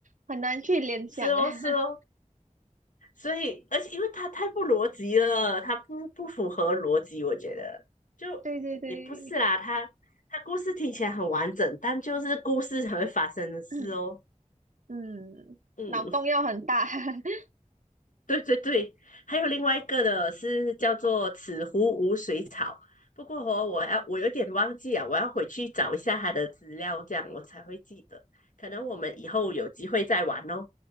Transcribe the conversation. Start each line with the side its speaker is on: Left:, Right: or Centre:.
Right: 很难去联想啊。
Left: 是哦，
Right: <laughs>
Left: 是哦，所以而且因为他太不逻辑了，他不不符合逻辑，我觉得就也不是啦，
Right: 对对对，
Left: 他他故事听起来很完整，但就是故事才会发生的事哦。
Right: <clears throat> 嗯，
Left: 嗯。
Right: 脑洞要很大。<laughs>
Left: 对对对，还有另外一个的是叫做此湖无水草，不过哦，我要我有点忘记啊，我要回去找一下它的资料，这样我才会记得。可能我们以后有机会再玩哦。